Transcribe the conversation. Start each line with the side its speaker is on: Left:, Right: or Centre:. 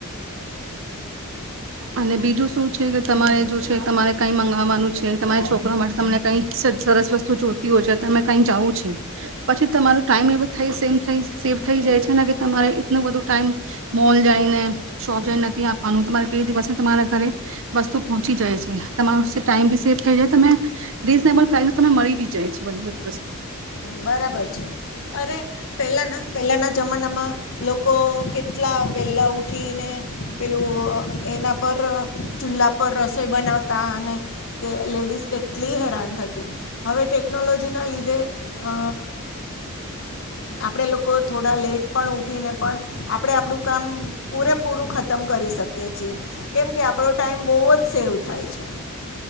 Right: અને બીજું શું છે કે તમારે
Left: હમ
Right: જો છે તમારે કઈ મંગ વાનું છે તમારા છોકરા માટે તમને કઈ સરસ વસ્તુ જોતી હોય છે તમે કઈ જાવું છે પછી તમારો ટાઈમ એવ થાય સે થ સેવ થઈ જાય છે ને કે તમારે એટલું બધું ટાઈમ મોલ જઈને શોપ નથી આપવાનું તમારે બે દિવસ તમારા ઘરે વસ્તુ પહોંચી જાય છે તમારો ટાઈમ બી સેવ થઈ જાય તમે રીઝનેબલ પ્રાઇસ તમે મળી બી જાય છે બધી બધી વસ્તુ
Left: બરાબર છે અરે પેલા ના પહેલાંના જમાનામાં લોકો કેટલા વેલા ઉઠીને પેલું એના પર ચૂલ્લા પર રસોઈ બનાવતા અને કે લેડીઝ કેટલી હેરાન થતી હવે ટેકનોલોજીના લીધે અ આપણે લોકો થોડા લેટ પણ ઉઠીને પણ આપણે આપણું કામ પૂરેપૂરું ખતમ કરી શકીએ છીએ કેમ કે આપણો ટાઈમ બહુ જ સેવ થાય છે